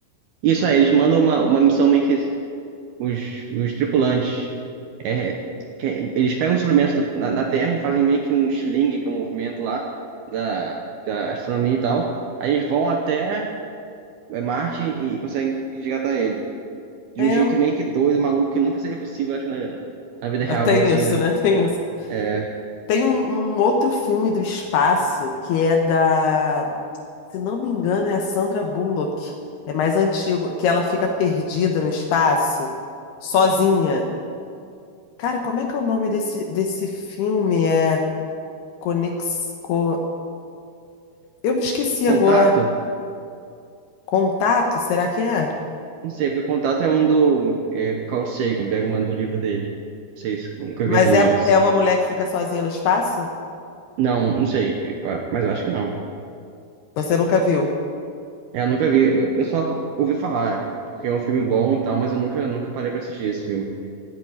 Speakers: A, on the right; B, on the left.
A: Isso aí, eles mandam uma, uma missão meio que os, os tripulantes. é, que- eles pegam os experimentos do- na, na Terra e fazem meio que um shilling, que é um movimento lá da, da astronomia e tal. Aí eles vão até é, Marte e conseguem resgatar ele. De
B: É,
A: um jeito meio que doido, maluco, que nunca seria possível, acho, na, na na vida real,
B: tem
A: mesmo assim,
B: isso,
A: né?
B: né? Tem isso.
A: É,
B: Tem um, um outro filme do espaço que é da, se não me engano, é a Sandra Bullock. É mais antigo, que ela fica perdida no espaço, sozinha. Cara, como é que é o nome desse, desse filme? É Conex... Co- Eu me esqueci
A: contato?
B: agora. Contato, será que é?
A: Não sei, porque contato é um do é, Carl Sagan, pega uma do livro dele. Não sei se nunca
B: Mas
A: vi também
B: é,
A: esse.
B: é uma mulher que fica sozinha no espaço?
A: Não, não sei, mas eu acho que não.
B: Você nunca viu?
A: É, eu nunca vi. Eu, eu só ouvi falar, porque é um filme bom e tal, mas eu nunca, nunca parei pra assistir esse filme.